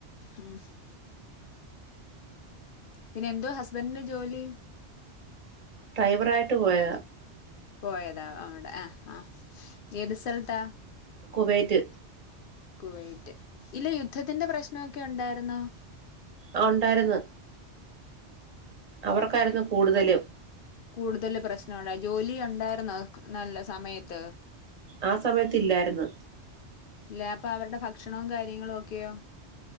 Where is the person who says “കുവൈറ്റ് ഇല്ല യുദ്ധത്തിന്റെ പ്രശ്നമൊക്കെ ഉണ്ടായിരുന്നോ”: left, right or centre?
Left